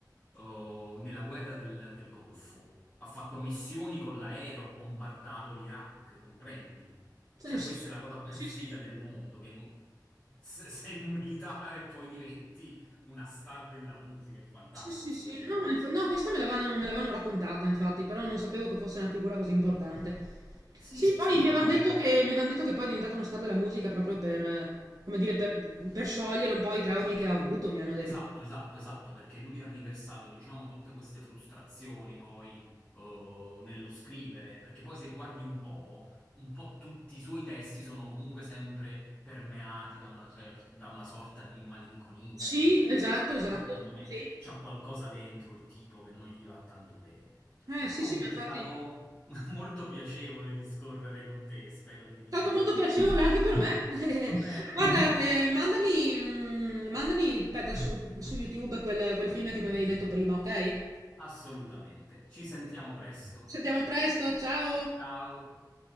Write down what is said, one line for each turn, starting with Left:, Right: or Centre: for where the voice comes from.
Left: oh, nella guerra del, del Golfo. Ha fatto missioni con l'aereo, ha bombardato l'Iraq, comprendi?
Right: Sì,
Left: Cioè,
Right: sì,
Left: questa è la cosa più
Right: sì,
Left: figa
Right: sì.
Left: del mondo, che un- se- sei un militare e poi diventi una star della musica, è fantastica
Right: Sì, sì, sì.
Left: questa
Right: No,
Left: roba.
Right: ma inf- no, questa me l'avevano me l'avevano raccontata, infatti, però non sapevo che fosse una figura così importante.
Left: Sì,
Right: Sì, poi
Left: sì,
Right: mi
Left: diciamo
Right: avevano detto
Left: che
Right: che, mi avevano detto che poi è diventato una star della musica proprio per, eh, come dire, per, per sciogliere un po' i traumi che ha avuto, mi hanno detto.
Left: Esatto, esatto, esatto, perché lui ha riversato, diciamo, tutte queste frustrazioni poi eh, nello scrivere, perché poi se guardi un po', un po' tutti i suoi testi sono comunque sempre permeati da una, cer- da una sorta di malinconia,
Right: Sì,
Left: di tristezza.
Right: esatto, esatto,
Left: Secondo me
Right: sì.
Left: c'ha qualcosa dentro il tipo che non gli va tanto bene.
Right: Eh, sì,
Left: Comunque
Right: sì, ma infatti
Left: è stato
Right: è
Left: <laughs> molto piacevole discorrere con te, spero di risentirti.
Right: stato molto piacevole anche
Left: presto.
Right: per me. <laughs>
Left: Va bene?
Right: Guarda, eh, mandami, mm, mandami, aspetta, su, su YouTube quel, quel film che mi avevi detto prima, ok? Ci
Left: Assolutamente. Ci sentiamo presto.
Right: Sentiamo presto, ciao!
Left: Ciao.